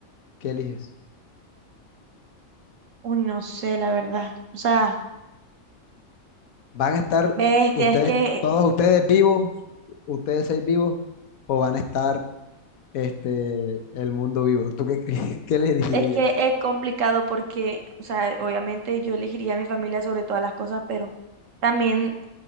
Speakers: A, on the left; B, on the right.
A: ¿Qué eliges?
B: uy, no sé, la verdad. O sea,
A: ¿Van a estar
B: bestia,
A: ustedes,
B: es que
A: todos ustedes vivos, ustedes seis vivos, o van a estar este, el mundo vivo? ¿Tú qué, cre- <laughs> qué le dirías
B: es que es complicado porque, o sea, obviamente yo elegiría a mi familia sobre todas las cosas, pero también, o